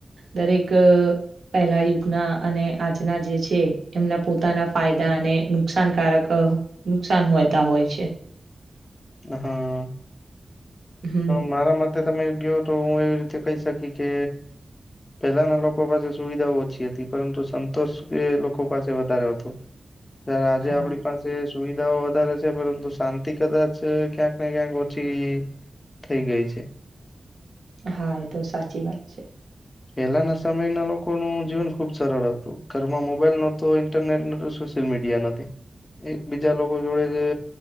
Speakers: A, on the right; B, on the left.
A: દરેક, પહેલા યુગના અને આજના જે છે એમના પોતાના ફાયદા અને નુકસાનકારક નુકસાન હોયતા હોય છે.
B: હા
A: હમ
B: મારા મત તો તમે ગયો તો હું એવી રીતે કહી શકી કે, પહેલાના લોકો પાસે સુવિધાઓ ઓછી હતી પરંતુ સંતોષ એ લોકો પાસે વધારે હતો. ત્યારે આજે
A: હા
B: આપડી પાસે સુવિધાઓ વધારે છે પરંતુ શાંતિ કદાચ અ ક્યાંક ને ક્યાંક ઓછી થઈ ગઈ છે.
A: હા એ તો સાચી વાત છે.
B: પહેલાના સમયના લોકોનું જીવન ખુબ સરળ હતું ઘરમાં મોબાઈલ નોતો ઇન્ટરનેટ નો, <unintelligible> સોશલ મીડિયા નથી. એક બીજા લોકો જોડે જે